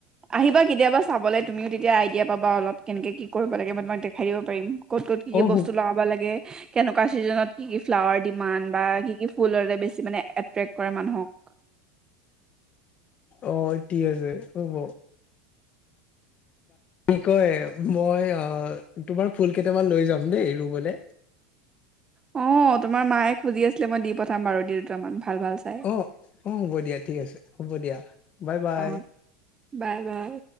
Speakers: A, on the right; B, on the left.
A: আহিবা কেতিয়াবা চাবলৈ তুমিও তেতিয়া আইডিয়া পাবা অলপ কেনেকে কি কৰিব লাগে মই তোমাক দেখাই দিব পাৰিম। ক'ত ক'ত কি
B: অ
A: কি বস্তু
B: হু
A: লগাব লাগে কেনেকুৱা চিজনত কি কি ফ্লাৱাৰ ডিমান বা কি কি ফুলৰ বেছি মানে এট্ৰেক্ট কৰে মানুহক
B: অ এতিয় আছে হ'ব কী কয় মই আহ তোমাৰ ফুল কেইটামান লৈ যাম দেই ৰুবলে।
A: অ তোমাৰ মায়ে খুজি আছিলে মই দি পঠাম বাৰু দুটামান ভাল ভাল চাই
B: অহ অহ অহ হ'ব দিয়া ঠিক আছে হ'ব দিয়া বাই bye.
A: অ বাই Bye